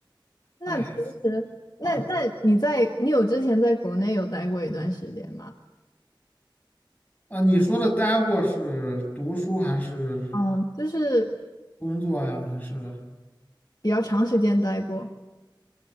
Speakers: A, on the left; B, on the left.
A: 那其实，
B: 哎
A: 那那你在你有之前在国内有待过一段时间吗？
B: 啊啊！你说的待过是读书还是
A: 嗯，就是
B: 工作呀？还是？
A: 比较长时间待过。